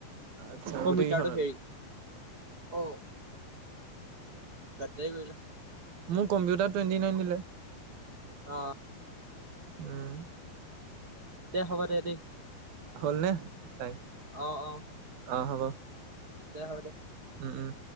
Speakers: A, on the right (about 70°); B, on the right (about 30°).
A: আচ্ছা
B: কম্পিউটাৰটো
A: গোটেই কেইখনতে
B: হেৰি, অ' গাদ্দাৰী কৰিলে
A: মোক কম্পিউটাৰ টুৱেণ্টি নাইন দিলে।
B: অ'।
A: উম।
B: দে হব দে, দেই।
A: হ'ল নে, নাই?
B: অ' অ'।
A: অ' হব।
B: দে হব দে।
A: উম উম।